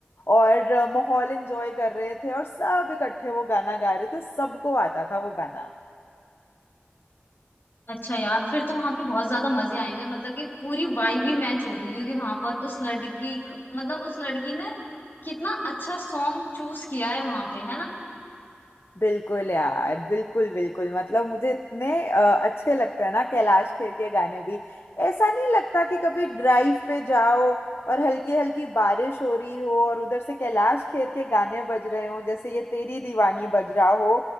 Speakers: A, on the left; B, on the left.
A: और अ, माहौल एंजॉय कर रहे थे और सब इकट्ठे वो गाना गा रहे थे सबको आता था वो गाना
B: अच्छा यार फिर तो वहां पे बहुत ज्यादा मजे आएंगे मतलब कि पूरी वाइब ही मैच होगी क्योंकि वहां पर उस लड़की क- मतलब उस लड़की ने कितना अच्छा सॉन्ग चूज किया है वहां पे है ना
A: बिल्कुल यार बिल्कुल बिल्कुल मतलब मुझे इतने अ, अच्छे लगते हैं ना कैलाश खेर के गाने भी ऐसा नहीं लगता कि कभी ड्राइव पे जाओ और हल्की हल्की बारिश हो रही हो और उधर से कैलाश खेर के गाने बज रहे हो जैसे ये तेरी दीवानी बज रहा हो